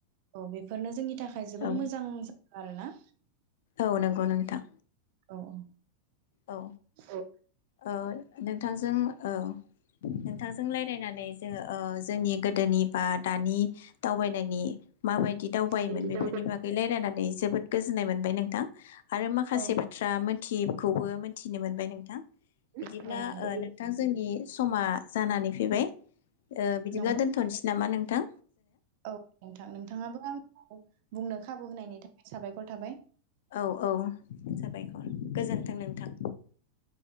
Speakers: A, on the right (about 60°); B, on the left (about 70°).
A: औ बेफोरनो जोंनि थाखाय थाखाय जोबोर
B: औ
A: मोजां जा आरो ना
B: औ नंगौ नोंथां।
A: औ -औ।
B: औ।
A: औ
B: औ नोंथांजों औ नोंथांजों लायरायनानै जोंङो ओ जोंनि गोदोनि बा दानि दावबायनायनि माबायदि दावबायोमोन
A: बिदि
B: बेफोरनि
A: दावबाय
B: बागै लायरायना नै जोबोद गोजोन्नाय मोनबाय नोंथां। आरो माखासे
A: औ
B: बाथ्रा मोनथि बो मोनथिनो मोनबाय नोंथां। बिदिब्ला
A: औ नंगौ
B: ओ नोंथां जोंनि समा जानानै फैबाय। ओ बिदिब्ला
A: नंगौ
B: दोनथ'नोसै नामा नों थां।
A: औ नोंथां नोंथाङाबो आंखौ बुंनो खाबु होनायनि थाखाय साबाय <inaudible> खर थाबाय।
B: औ-औ साबायखर गोजोन्थों नोंथां।